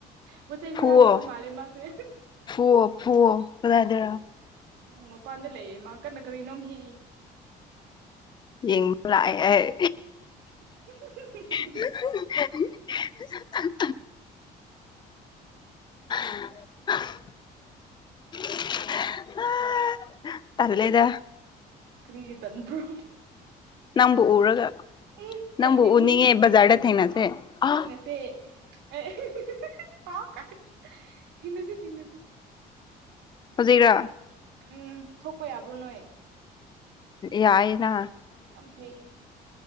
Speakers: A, on the right (about 85°); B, on the left (about 25°).
A: ꯄꯣꯠ ꯆꯩ ꯍꯨꯔꯥꯟ
B: ꯐꯨꯑꯣ
A: ꯂꯤꯕ ꯃꯥꯜꯂꯦ ꯃꯥꯁꯦ
B: ꯐꯨꯋꯣ ꯐꯨꯋꯣ ꯀꯗꯥꯏꯗꯔ
A: ꯎꯝ ꯃꯄꯥꯟꯗ ꯂꯩꯌꯦ ꯃꯥ ꯀꯟꯅꯥ ꯀꯔꯤꯅꯣꯝꯃ ꯍꯦꯛꯏ
B: ꯌꯦꯡꯕ ꯂꯥꯛꯑꯦ ꯑꯩ
A: <unintelligible>
B: <unintelligible> <unintelligible> <unintelligible> ꯑꯥ ꯇꯜꯂꯤꯗ
A: ꯀ꯭ꯔꯤꯒꯤ ꯇꯟꯕꯔꫭ
B: ꯅꯪꯕꯨ ꯎꯔꯒ
A: ꯎꯝ
B: ꯅꯪꯕꯨ
A: ꯑꯩꯗꯤ
B: ꯎꯅꯤꯡꯉꯦ
A: ꯎ
B: ꯕꯖꯥꯔꯗ ꯊꯦꯡꯅꯁꯦ ꯑꯥ
A: ꯄꯦ ꯑꯩ ꯍꯥꯎ ꯀꯥꯏ ꯊꯦꯡꯅꯁꯦ ꯊꯦꯡꯅꯁꯦ
B: ꯍꯧꯖꯤꯛꯔ
A: ꯎꯝ ꯊꯣꯛꯄ ꯌꯥꯕ꯭ꯔꯣ ꯅꯣꯏ
B: ꯌꯥꯏꯅꯥ
A: ꯌꯥꯝ ꯐꯩꯅꯦ